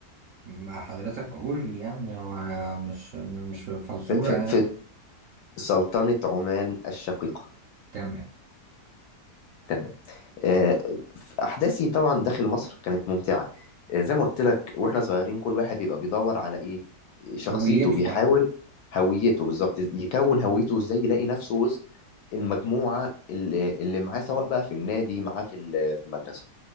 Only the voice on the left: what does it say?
في في
في سلطنه عمان الشقيقه
تمام آه، احداثي طبعا داخل مصر كانت ممتعه آه، زي ما قلت لك واحنا صغيرين كل واحد بيبقى بيدور على ايه شخصيته
بيحاول
هويته بالظبط يكون هويته ازاي يلاقي نفسه وسط المجموعه اللي اللي معاه سواء بقى في النادي معاه في ال- في المدرسه